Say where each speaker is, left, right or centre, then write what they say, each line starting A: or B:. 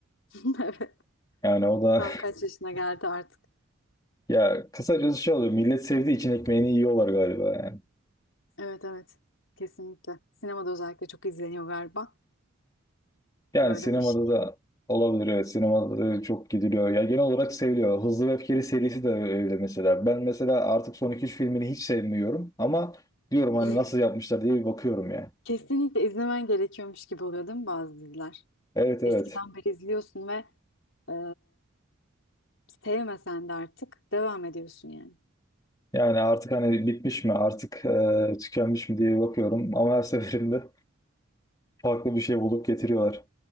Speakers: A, on the left; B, on the left.
A: <laughs> Evet.
B: Yani o da
A: Tam kaç yaşına geldi artık.
B: <laughs> ya kısacası şey oluyor. Millet sevdiği için ekmeğini yiyorlar galiba yani.
A: Evet evet. Kesinlikle. Sinemada özellikle çok izleniyor galiba.
B: Yani
A: Böyle
B: sinemada
A: bir şey.
B: da olabilir evet. Sinemada da çok gidiliyor. Ya genel olarak seviliyor. Hızlı ve Öfkeli serisi de öyle mesela. Ben mesela artık son iki üç filmini hiç sevmiyorum ama diyorum
A: <laughs>
B: hani nasıl yapmışlar diye bir bakıyorum ya.
A: Kesinlikle izlemen gerekiyormuş gibi oluyor değil mi bazı diziler?
B: Evet evet.
A: Eskiden beri izliyorsun ve e, sevmesen de artık devam ediyorsun yani.
B: Yani artık hani bitmiş mi artık e, tükenmiş mi diye bakıyorum ama her <laughs> seferinde farklı bir şey bulup getiriyorlar.